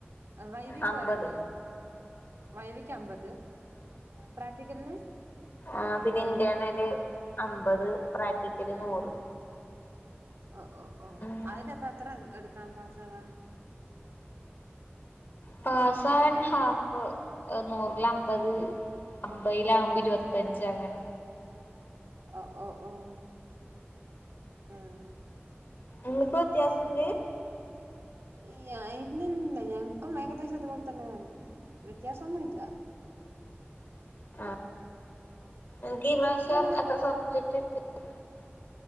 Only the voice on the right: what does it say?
വൈദ്യക്ക്
പററണ്ടോ വൈകക്ക് അമ്പത് പ്രാക്ടിക്കലിന്
ഉം
ഓ ഓ ഓ
അതിലപ്പൊ എത്ര എടുക്കാൻ പാസാവാൻ
ഓഹ് ഓഹ് ഓഹ് ഉം
ഇയ്യ ഇല്ല ഇല്ല ഞങ്ങക്കും ഏകദേശം അതുപോലെ തന്നെ വന്നു വ്യത്യാസൊന്നും ഇല്ലാ
ഇൻക്കങ്ങനെ